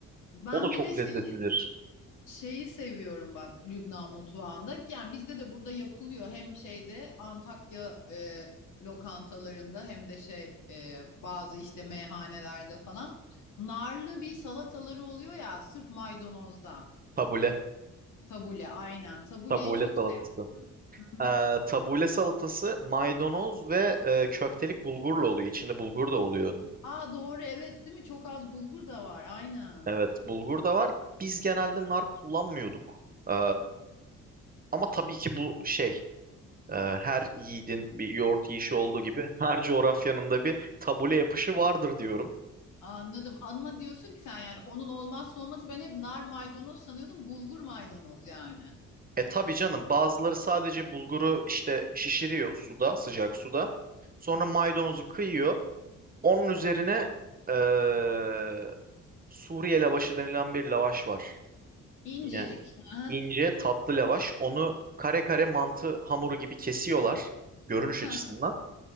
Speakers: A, on the left; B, on the right.
A: Ben
B: O da
A: bir
B: çok
A: de şey
B: lezzetlidir.
A: Şeyi seviyorum bak Lübnan mutfağında. Yani bizde de burada yapılıyor. Hem şeyde Antakya e, lokantalarında hem de şey e, bazı işte meyhanelerde falan. Narlı bir salataları oluyor ya sırf maydanozdan.
B: Tabule.
A: Tabule aynen. Tabuleyi
B: Tabule
A: çok
B: salatası.
A: seviyorum. Hı hı.
B: Ee, tabule salatası maydanoz ve e, köftelik bulgurla oluyor. İçinde bulgur da oluyor onun.
A: Aa doğru evet değil mi? Çok az bulgur da var aynen.
B: Evet, bulgur da var. Biz genelde nar kullanmıyorduk. Ee, ama tabii ki bu şey e, her yiğidin bir yoğurt yiyişi olduğu gibi her coğrafyanın da bir tabule yapışı vardır diyorum.
A: Anladım. Anma diyorsun ki sen yani onun olmazsa olmazı ben hep nar maydanoz sanıyordum. Bulgur maydanoz yani.
B: E tabii canım bazıları sadece bulguru işte şişiriyor suda, sıcak suda. Sonra maydanozu kıyıyor. Onun üzerine eee, Suriye lavaşı denilen bir lavaş var.
A: İncecik.
B: Yine
A: Hı hı.
B: ince tatlı lavaş. Onu kare kare mantı hamuru gibi kesiyorlar görünüş açısından.
A: Hı hı.